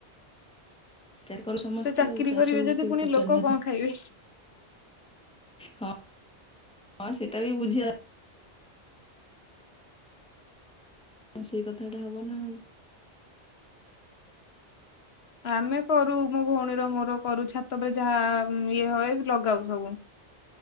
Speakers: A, in the centre; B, on the left.
A: ଚାରିକଲ ସମସ୍ତେ
B: ଚାକିରି
A: ଆଉ ଚାଷକୁ
B: କରିବେ ଯଦି
A: କେଇ
B: ପୁଣି
A: ପଚାରୁନାହାନ୍ତି।
B: ଲୋକ କଣ ଖାଇବେ।
A: ହଁ ହଁ ସେଇଟା ବି ବୁଝି। ସେଇ କଥାଟା ହବ ନା ଆଉ।
B: ଆମେ କରୁ ମୋ ଭଉଣୀର ମୋର କରୁ ଛାତପରେ ଯାହା ମ ଇଏ ହଏ ଲ ଲଗାଉ ସବୁ।